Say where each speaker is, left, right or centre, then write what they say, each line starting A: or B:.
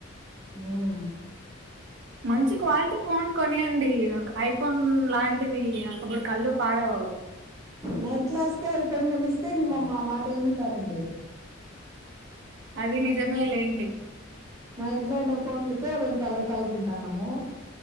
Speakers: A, on the right; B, on the right.
A: మ్మ్
B: మంచి క్వాలిటీ ఫోన్ కొనియండి ఐఫోన్ లాంటివి అప్పుడు కళ్ళు పాడవవు
A: నైన్త్ క్లాస్ కే ఫోన్ కొనిస్తే ఇంక మా మాట ఏమింటారండి
B: అది నిజమేలేండి
A: మా ఇంట్లో ఉండే ఫోన్లకే మేము తలగ్ తల తింటానము